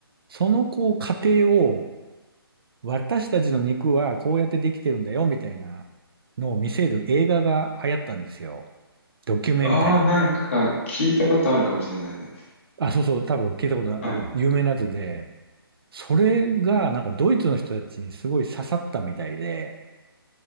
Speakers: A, on the right (about 65°); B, on the left (about 30°).
A: そのこう、過程を、私たちの肉はこうやってできてるんだよ、みたいなのを見せる映画が流行ったんですよ。ドキュメンタリーみたいな。
B: ああ、なんか聞いたことあるかもしれないです。
A: あ、そうそう、多分聞いたことある、
B: はい。
A: 有名なやつで、それがなんかドイツの人たちにすごい刺さったみたいで、